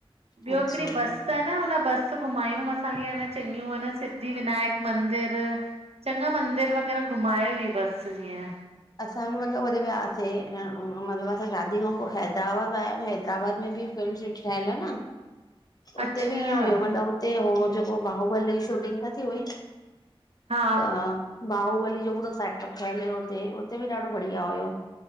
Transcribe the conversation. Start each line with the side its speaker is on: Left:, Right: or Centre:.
Right: ॿियो
Left: अच्छा
Right: हिक्ड़ी बस आ न हुन बस घुमायूं असांखे, हन चंॻियूं हन सिद्धि विनायक मंदिर चंॻा मंदिर वग़ैरह घुमाए वई बस जीअं
Left: असां बि मतलब होॾे वियासे ऐं मतलब असां शादी खां पोइ हैदराबाद विया आहियूं। हैदराबाद में भी फिल्म सिटी ठयल आ न हुते
Right: अच्छा
Left: बी ईअं हुयो, मतिलबु हुते हो जेको बाहुबली जी शूटिंग न थी हुई।
Right: हा
Left: त, बाहुबली जो पूरो सेटअप ठहियल हुयो हुते, हुते बि ॾाढो बढ़िया हुयो।